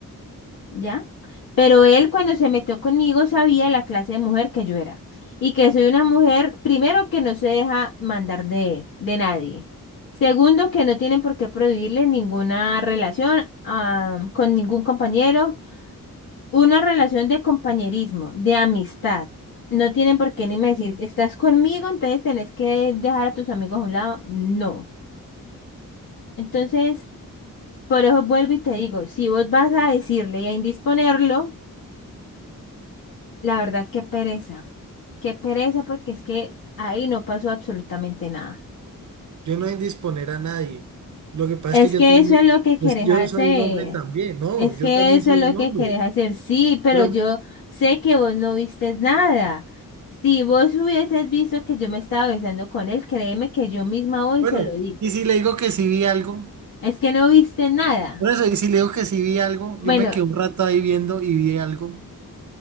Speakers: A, on the left (about 80°); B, on the right (about 60°).
A: ¿ya? Pero él cuando se metió conmigo sabía la clase de mujer que yo era y que soy una mujer, primero, que no se deja mandar de, de nadie. Segundo, que no tienen por qué prohibirle ninguna relación ah, con ningún compañero, una relación de compañerismo, de amistad. No tienen por qué ni me decir, estás conmigo, entonces tenés que dejar a tus amigos a un lado. No. Entonces, por eso vuelvo y te digo, si vos vas a decirle y a indisponerlo, La verdad, qué pereza. Qué pereza porque es que ahí no pasó absolutamente nada.
B: Yo no he disponer a nadie. Lo que pasa
A: Es
B: es que yo
A: que
B: también,
A: eso es lo que querés
B: pues yo
A: hacer.
B: soy un hombre también, no,
A: Es
B: yo
A: que
B: también
A: eso
B: soy
A: es lo
B: un
A: que
B: hombre.
A: querés hacer. Sí, pero
B: Pero
A: yo sé que vos no viste nada. Si vos hubieses visto que yo me estaba besando con él, créeme que yo misma hoy
B: bueno,
A: se lo digo.
B: y si le digo que sí vi algo,
A: Es que no viste nada.
B: por eso, y si le digo que sí vi algo,
A: Bueno,
B: yo me quedé un rato ahí viendo y vi algo.